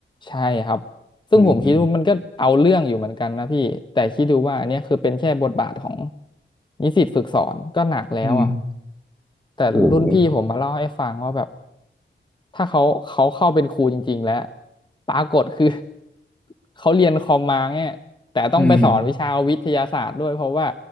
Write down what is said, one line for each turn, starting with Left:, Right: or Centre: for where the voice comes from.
Left: ใช่ครับซึ่งผมคิดว่ามันก็เอาเรื่องอยู่เหมือนกันนะพี่แต่คิดดูว่าอันเนี้ยคือเป็นแค่บทบาทของ
Centre: อืม
Left: นิสิตฝึกสอนก็หนักแล้วอะ
Centre: อืม
Left: แต่รุ่นพี่ผมมาเล่าให้ฟังว่าแบบ
Centre: โอ้โห
Left: ถ้าเขาเขาเข้าเป็นครูจริงๆแล้วปรากฏคือ <laughs> เขาเรียนคอมมาเนี่ยแต่ต้องไปสอนวิชาวิทยาศาสตร์ด้วยเพราะว่า
Centre: อืม